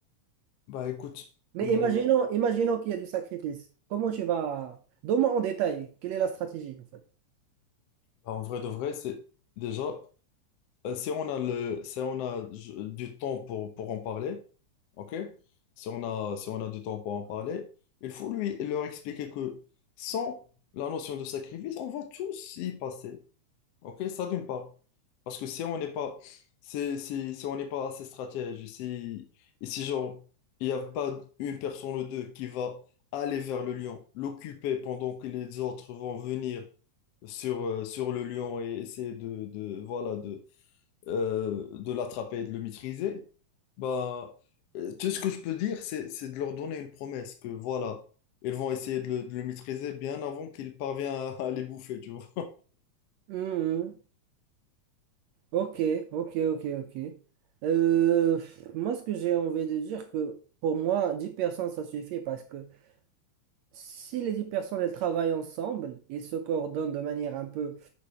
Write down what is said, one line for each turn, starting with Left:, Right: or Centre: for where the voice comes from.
Left: Bah écoute,
Right: Mais
Left: hum,
Right: imaginons, imaginons qu'il y a du sacrifice. Comment tu vas... Donne-moi en détail, quelle est la stratégie en fait?
Left: bah, en vrai de vrai, c'est déjà. Euh, si on a le, si on a j- du temps pour, pour en parler, ok? Si on a, si on a du temps pour en parler, il faut lui leur expliquer que sans la notion de sacrifice, on va tous y passer, ok? Ça d'une part. Parce que si on n'est pas, si, si, si on n'est pas assez stratège, et si, et si genre, il n'y a pas une personne ou deux qui va aller vers le lion, l'occuper pendant que les autres vont venir sur, euh, sur le lion et essayer de, de voilà, euh, de l'attraper et de le maîtriser, bah, euh, tout ce que je peux dire, c'est, c'est de leur donner une promesse que voilà, ils vont essayer de le, de le maîtriser bien avant qu'il parvient à, à les bouffer, tu vois.
Right: Mhm. Ok, ok, ok, ok. Euh, pff, moi, ce que j'ai envie de dire, que pour moi, 10 personnes, ça suffit parce que si les 10 personnes, elles travaillent ensemble et se coordonnent de manière un peu